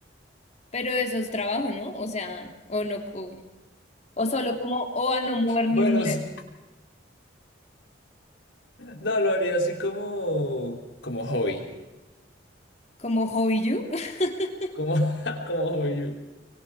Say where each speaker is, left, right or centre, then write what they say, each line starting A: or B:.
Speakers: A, on the left (about 35°); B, on the left (about 75°).
A: Pero eso es trabajo, ¿no? O sea, o no, o, o solo como, o a no mover
B: Bueno,
A: ni un dedo,
B: s- no, lo haría así como, como hobby.
A: como hobby you. <laughs>
B: Como, <laughs> como hobby.